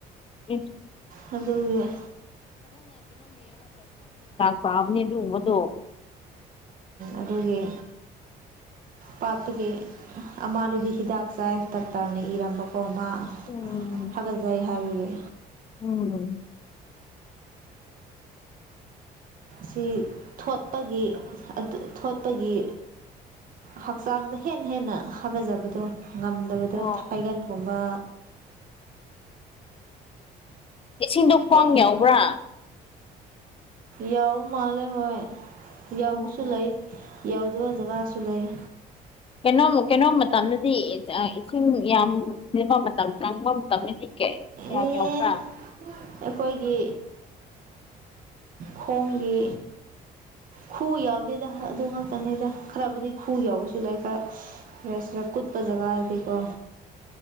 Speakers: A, on the left (about 35°); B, on the right (about 55°).
A: ꯎꯝ
B: ꯍꯥꯏꯖ
A: ꯄꯥꯕꯅꯦ ꯑꯗꯨ ꯃꯗꯣ
B: ꯑꯗꯨꯒꯤ ꯄꯥꯠꯇꯒꯤ ꯑꯃꯥꯔꯗꯤ ꯍꯤꯗꯥꯛ ꯆꯥꯏ ꯗꯥꯛꯇꯔꯅ ꯏꯔꯝꯕꯀꯣ ꯑꯃ
A: ꯎꯝ
B: ꯐꯒꯠꯆꯩ ꯍꯥꯏꯕꯒꯤ
A: ꯎꯝ
B: ꯁꯤ ꯊꯣꯠꯄꯒꯤ ꯊꯣꯠꯄꯒꯤ ꯍꯛꯆꯥꯡꯗ ꯍꯦꯟꯅ ꯍꯦꯟꯅ ꯍꯥꯒꯠꯖꯕꯗꯣ ꯉꯝꯗꯕꯗꯣ
A: ꯑꯣ
B: ꯊꯥꯏꯒꯟꯒꯨꯝꯕ
A: ꯏꯁꯤꯡꯗꯣ ꯈ꯭ꯋꯥꯡ
B: ꯑ
A: ꯌꯥꯎꯕ꯭ꯔꯥ
B: ꯌꯥꯎ ꯃꯥꯂꯦ ꯍꯣꯏ ꯌꯥꯎꯁꯨ
A: ꯑꯣ
B: ꯂꯩ ꯌꯥꯎꯗꯣ ꯖꯒꯥ ꯑꯁ ꯂꯩꯦ
A: ꯀꯩꯅꯣꯝ ꯀꯩꯅꯣꯝ ꯃꯇꯝꯗꯗꯤ ꯏꯁꯤꯡ ꯌꯥꯝꯕ ꯃꯇꯝ ꯆꯪꯕ ꯃꯇꯝꯗꯗꯤ ꯀ
B: ꯑꯦ
A: ꯌꯥꯎꯅ
B: ꯑꯩꯈꯣꯏꯒꯤ ꯈꯣꯣꯡꯒꯤ ꯈꯨꯎ ꯌꯥꯎꯗꯦꯗ ꯑꯗꯨ ꯉꯥꯛꯇꯅꯤꯗ ꯈꯔꯕꯨꯗꯤ ꯈꯨꯎ ꯌꯥꯎꯁꯤ ꯁꯤꯂꯥꯏ ꯈꯔꯁꯤꯔ ꯀꯨꯠꯄ ꯖꯒꯥ ꯍꯥꯏꯗꯤꯀꯣ